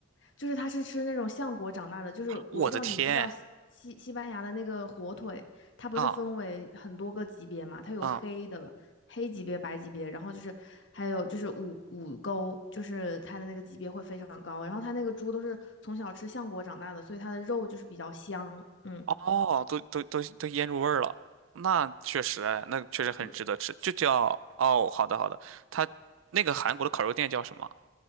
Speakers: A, on the left (about 60°); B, on the right (about 75°).
A: 就是它是吃那种橡果长大的，就是我不知道你知不知道西西西班牙的那个火腿，
B: 我的天
A: 它不是分为很多个级别嘛？
B: 啊！
A: 它有黑的黑级别、
B: 啊！嗯
A: 白级别，然后就是还有就是五五沟，就是它的那个级别会非常高。然后它那个猪都是从小吃橡果长大的，所以它的肉就是比较香。嗯，
B: 哦，都都都都腌入味儿了，那确实哎，那确实很值得吃，
A: 对，
B: 就叫哦，好的好的，它那个韩国的烤肉店叫什么？